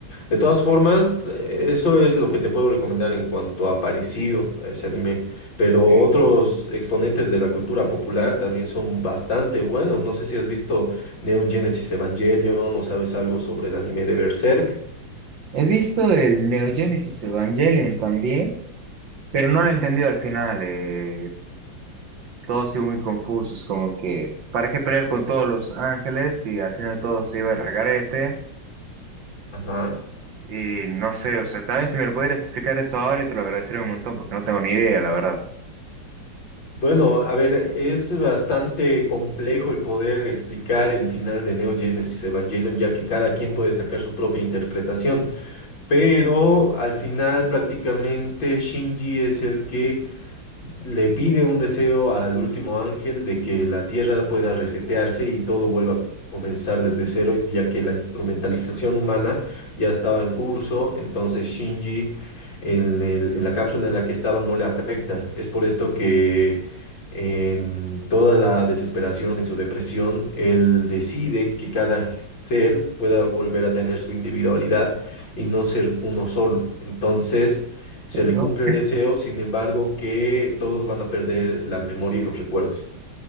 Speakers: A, on the left; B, on the right.
A: De todas formas, t- eso es lo que te puedo recomendar en cuanto a parecido a ese anime. Pero
B: Ok. He
A: otros exponentes de la cultura popular también son bastante buenos. No sé si has visto Neon Genesis Evangelion o sabes algo sobre el anime de Berserk.
B: visto el Neo Genesis Evangelion también, pero no lo he entendido al final. eh, todos siguen muy confusos, como que, ¿para qué pelear con todos los ángeles y al final todo se iba al garete?
A: Ajá.
B: Y no sé, o sea, también si me lo pudieras explicar eso ahora, y te lo agradecería un montón porque no tengo ni idea, la verdad.
A: Bueno, a ver, es bastante complejo el poder explicar el final de Neo Genesis Evangelion, ya que cada quien puede sacar su propia interpretación, pero al final prácticamente Shinji es el que le pide un deseo al último ángel de que la tierra pueda resetearse y todo vuelva a comenzar desde cero, ya que la instrumentalización humana ya estaba en curso, entonces Shinji en el- en la cápsula en la que estaba no le afecta. Es por esto que en toda la desesperación y su depresión, él decide que cada ser pueda volver a tener su individualidad y no ser uno solo. Entonces, se
B: Entiendo.
A: le cumple el deseo, sin embargo, que todos van a perder la memoria y los recuerdos.